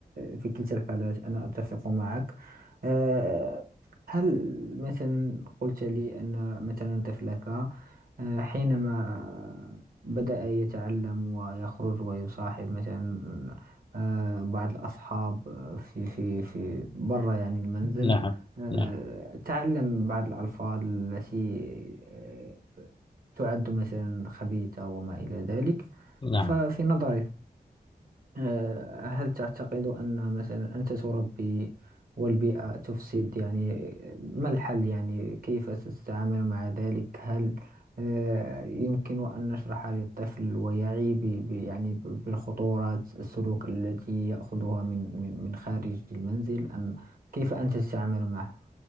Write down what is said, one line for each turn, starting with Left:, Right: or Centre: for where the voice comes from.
Right: في كلتا الحالات أنا أتفق معك آه، هل مثلا قلت لي أن مثلا طفلك آه، حينما بدأ يتعلم ويخرج ويصاحب مثلا آه، بعض الأصحاب آه، في في في برا يعني المنزل
Left: نعم
Right: آه،
Left: نعم
Right: تعلم بعض الألفاظ التي آه، تعد مثلا خبيثة وما إلى ذلك
Left: نعم
Right: ففي نظرك آه، هل تعتقد أن مثلا أنت تربي والبيئة تفسد يعني ما الحل يعني كيف ستتعامل مع ذلك هل آه، يمكن أن نشرح للطفل ويعي ب- ب- يعني ب- بالخطورات السلوك التي يأخذها من من من خارج المنزل أم كيف أنت تتعامل معه؟